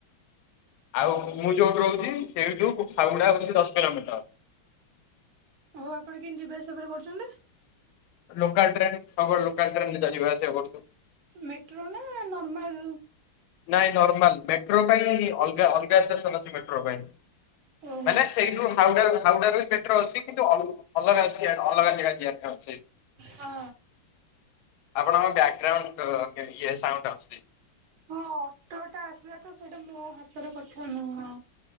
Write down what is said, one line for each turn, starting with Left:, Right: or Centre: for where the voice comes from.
Left: ଆଉ ମୁଁ ଯୋଉଠୁ ରହୁଚି ସେଇଠୁ ଖାଉଡା ହଉଛି ଦଶ କିଲୋମିଟର।
Right: ଓଉ ଆପଣ କେମିତି ଯିବା ଆସିବା ଫେରେ କରୁଚନ୍ତି ନା?
Left: ଲୋକାଲ ଟ୍ରେନ୍ ସବ ଲୋକଲ ଟ୍ରେନ୍ ରେ ଯିବା ଆସିବା କରୁଛୁ।
Right: ମେଟ୍ରୋ ନା ନର୍ମାଲ୍?
Left: ନାଇଁ ନର୍ମାଲ ମେଟ୍ରୋ ପାଇଁ ଅଲଗା ଅଲଗା ସେସନ ଅଛି ମେଟ୍ରୋ ପାଇଁ।
Right: ଓହୋ
Left: ମାନେ ସେଇଠୁ ହାଉଡା ହାଉଡା ରୁ ବି ପେଟ୍ରୋ ଅଛି। କିନ୍ତୁ ଅଲ-ଅଲଗା ସିଆଡେ ଅଲଗା ଜାଗା ଯିବା ପାଇଁ ଅଛି।
Right: ହଁ
Left: ଆପଣଙ୍କ ବ୍ୟାଗ୍ ଗାଉଣ୍ଡ୍ ଇଏ ସାଉଣ୍ଡୁ ଆସୁଚି।
Right: ହଁ ଅଟୋ ଟା ଆସିବା ତ ସେଇଟା ମୋ ହାତର କଥା ନୁହଁ।